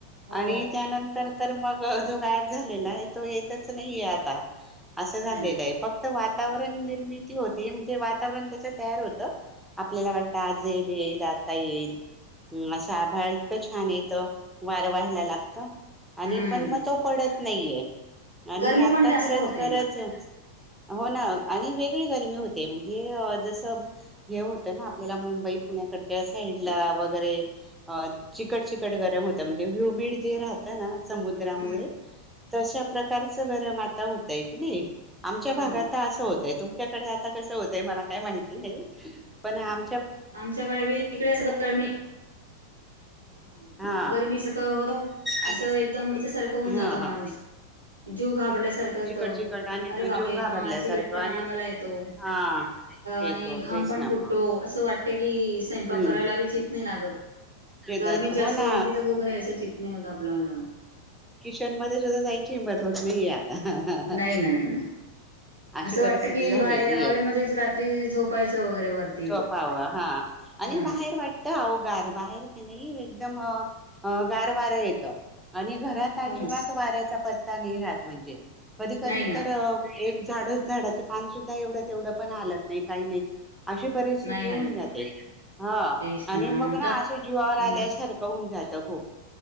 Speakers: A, on the right (about 80°); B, in the centre.
A: हो
B: आणि त्यानंतर तर मग जो गायब झालेला आहे तो येतच नाही आहे आता. असं झालेलं
A: नाही ना
B: आहे फक्त वातावरण निर्मिती होते म्हणजे वातावरण त्याच तयार होत. आपल्याला
A: हो
B: वाटतं आज येईल येईल आता येईल हं
A: हम्म
B: अस आभाळ इतकं छान येत. वार व्हायला लागत आणि
A: हम्म
B: पण मग तो पडत नाहीये. आणि
A: गरमी
B: आता
A: पण जास्त
B: खरंच
A: होते
B: गरज
A: ना
B: हो ना आणि वेगळी गरमी होते म्हणजे जसं हे होतं ना आपल्याला मुंबई पुण्याकडच्या साईडला वगैरे अ चिकट चिकट गरम हो त म्हणजे व्ह्यू बीड जे राहतं ना समुद्रामुळे
A: हम्म
B: तशा प्रकारचं गरम आता होतय की नाही आमच्या भागात
A: हो ना
B: तर असं होतय तुम मच्याकडे आता कसं होतंय मला काय माहिती नाही पण आम
A: आमच्याकडे बी इकडेच गरमी. हम्म.
B: हा
A: गरमी सक हो असं
B: आणि
A: एकदम याच्यासारखं होऊन जात
B: हा
A: माणूस
B: हा
A: जीव घाबरल्यासार करतो.
B: चिकट चिकट आणि
A: अरे बापरे!
B: जीव घाबरल्यासारखं
A: हा चिकटपणा
B: आणि
A: अंगाला येतो.
B: हा येतो
A: आणि घाम
B: तेच
A: पण
B: ना
A: फुटतो
B: मग
A: असं वाटत की स्वयंपाक
B: हम्म
A: करायला बी चित नाही लागत.
B: शेतात
A: गर्मी
B: हो
A: जास्त
B: ना
A: होते तिथं उभरायचं चित नाही होत आपल्याला.
B: किशन मध्ये सुद्धा जायची हिंमत होत नाहीेये आता हं हं हं.
A: नाही ना नाही ना
B: अशी
A: असं वाटतं
B: परिस्थिती
A: की
B: झालेली
A: बाहेर हवेमध्येच
B: आहे.
A: रात्री झोपायचं वगैरे वरती
B: जोपावं हा.
A: हा
B: आणि बाहेर वाटत आवो गार बाहेर की नाही एकदम अ गार वार येत. आणि घरात अजिबात
A: हो ना
B: वाऱ्याचा पत्ता नाही राहत म्हणजे कधी-कधी
A: नाही ना
B: तर अ एक झाडच झाडाचं पानसुद्धा एवढं तेवढं पण हालत नाही काही नाही. अशी परिस्थिती
A: नाही हालत
B: होऊन जाते हा
A: तेच
B: आणि मग
A: आता
B: ना असे जीवावर
A: हम्म
B: आल्या सारखं होऊन जातं खूप.